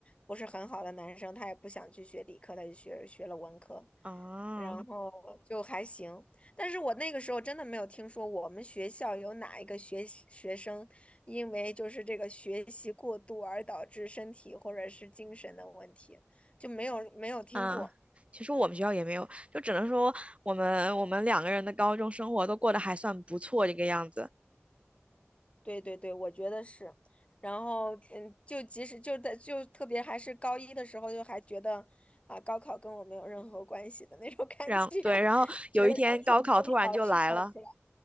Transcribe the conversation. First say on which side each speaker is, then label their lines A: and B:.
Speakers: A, on the left; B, on the right.
A: 不是很好的男生，他也不想去学理科，他就学学了文科，
B: <laughs> 啊。
A: 然后就还行。但是我那个时候真的没有听说我们学校有哪一个学学生因为就是这个学习过度而导致身体或者是精神的问题，就没有没有听过。
B: 啊，其实我们学校也没有，就只能说我们我们两个人的高中生活都过得还算不错这个样子。
A: 对对对，我觉得是。然后，嗯，就即使就在就特别还是高一的时候，就还觉得啊，高考跟我没有任何关系的那种感觉，
B: 然对，
A: <laughs>
B: 然后有一天高考突然就来了，
A: 觉得刚从中考释放出来。